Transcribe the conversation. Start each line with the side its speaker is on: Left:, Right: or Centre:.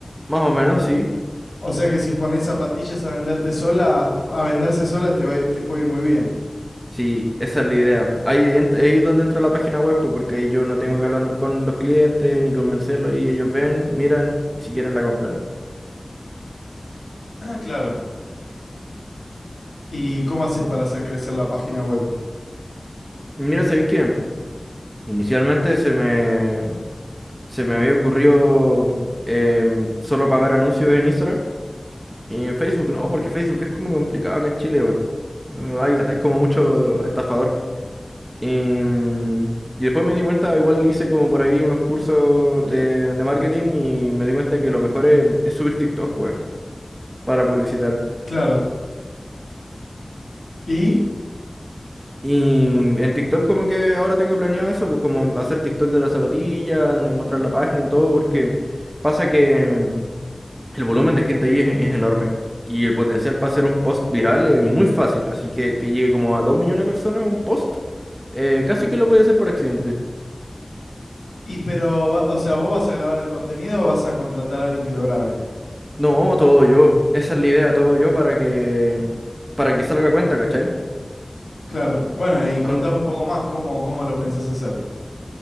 Right: más o menos, sí.
Left: O sea que si pones zapatillas a venderte sola, a venderse solas te va a ir- te puede ir muy bien. <clears throat>
Right: Sí, esa es la idea. Ahí, ent- ahí es donde entra la página web, pues, porque ahí yo no tengo que hablar con los clientes ni convencerlos y ellos ven, miran y si quieren la compran.
Left: Ah, claro. ¿Y cómo haces para hacer crecer la página web?
Right: Mira, sabéis que inicialmente se me, se me había ocurrido em, solo pagar anuncios en Instagram y en Facebook no, porque Facebook es como complicado acá en Chile, weón. No, Hay, hay como mucho estafador. Y, mm, y después me di cuenta, igual hice como por ahí unos cursos de, de marketing y me di cuenta que lo mejor es, es subir TikTok, weón, para publicitar.
Left: Claro. ¿Y?
Right: Y en TikTok como que ahora tengo planeado eso, pues como hacer TikTok de las zapatillas, de mostrar la página y todo, porque pasa que el volumen de gente ahí es, es enorme y el potencial para hacer un post viral es muy fácil, así que que llegue como a dos millones de personas un post, eh, casi que lo podía hacer por accidente.
Left: Y pero, va- o sea, vos vas a grabar el contenido o vas a contratar a alguien que lo grabe.
Right: No, todo yo, esa es la idea, todo yo para que, para que salga a cuenta, ¿cachai?
Left: Claro. Bueno, y contame
Right: Ond-
Left: un poco más cómo, cómo lo pensás hacer.